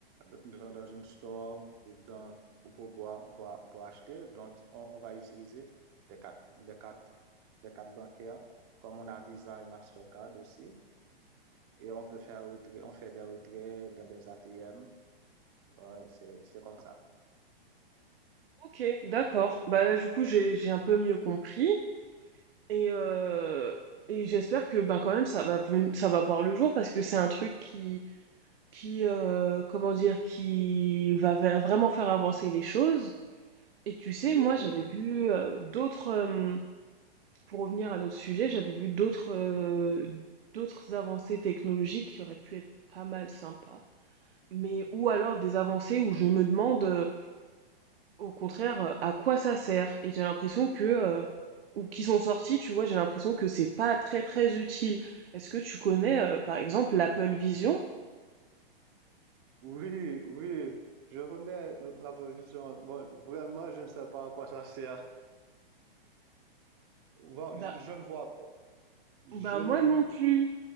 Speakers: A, on the right; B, on the right.
A: dans, dans une store ou dans, ou pour, pour, pour acheter, donc on, on va utiliser des cartes, des cartes, des cartes bancaires, comme on a Visa et Mastercard aussi. Et on peut faire retrait, on fait des retraits dans des ATM. Ouais, c'est, c'est comme ça.
B: Ok, d'accord. Bah là, du coup, j'ai j'ai un peu mieux compris et euh, et j'espère que ben quand même ça va ven- ça va voir le jour parce que c'est un truc qui qui euh, comment dire qui va va- vraiment faire avancer les choses. Et tu sais,
A: Oui,
B: moi,
A: oui.
B: j'avais vu euh, d'autres euh, Pour revenir à notre sujet, j'avais vu d'autres euh, d'autres avancées technologiques qui auraient pu être pas mal sympas, mais ou alors des avancées où je me demande euh, au contraire euh, à quoi ça sert et j'ai l'impression que euh, ou qui sont sorties, tu vois, j'ai l'impression que c'est pas très très utile. Est-ce que tu connais euh, par exemple l'Apple Vision?
A: Oui, oui, je connais la position. Bon, vraiment, je ne sais pas à quoi ça sert. Bon,
B: Bah,
A: je, je ne vois pas. Je
B: bah
A: l'ai.
B: moi non plus.